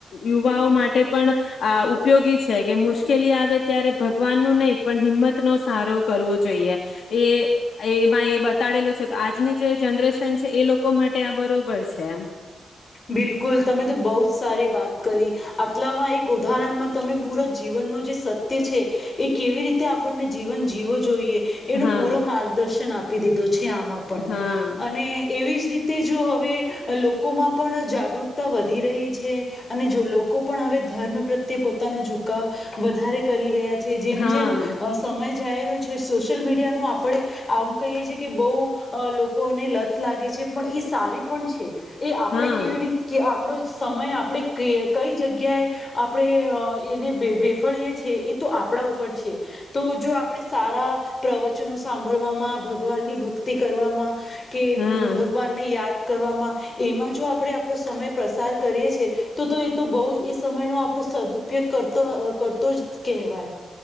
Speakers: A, on the left; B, on the left.
A: યુવાઓ માટે પણ આ ઉપયોગી છે કે મુશ્કેલી આવે ત્યારે ભગવાન નું નહી પણ હિંમત નો સારો કરવો જોઈએ એ એમાં એ બતાડેલું છે તો આજની જે જનરેશન છે એ લોકો માટે આ બરોબર છે.
B: બિલકુલ તમે તો બહુ જ સારી વાત કરી આટલામાં એક ઉદાહરણમાં તમે પૂરા જીવન નો જે સત્ય છે. એ કેવી રીતે આપણને જીવન જીવો જોઈએ. એનો
A: હા
B: પૂરો માર્ગદર્શન આપી દીધો છે આમાં પણ
A: હા
B: અને એવી જ રીતે જો હવે લોકોમાં જાગૃતતા વધી રહી છે અને જો લોકો પણ હવે ધર્મ પ્રત્યે પોતાનો ઝુકાવ વધારે કરી રહ્યા છે જેમ
A: હા
B: જેમ અ સમય જાય રહો છે સશિલ મીડિયાનો આપ પડે આમ કહીએ છી કે બહું લોકોને લત લાગે છે પણ એ સારી પણ છે એ આપણે
A: હા
B: કેવી રીતે કે આપડો સમય આપણે કે કઈ જગ્યાએ આપણે અ એને વેફળીએ છીએ એ તો આપણા ઉપર પડ છે તો જો આપ આપણે સારા, પ્રવચનો સાંભળવામાં ભગવાનની ભક્તિ કરવામાં કે અમ
A: હા
B: ભગવાનને યાદ કરવામાં એમાં જો આપણે આપણો સમય પ્રસાર કરીએ છીએ તો તો એ તો બહુ જ એ સમય ન આપણો સદઉપયોગ કરતો કરતો જ કહેવાય.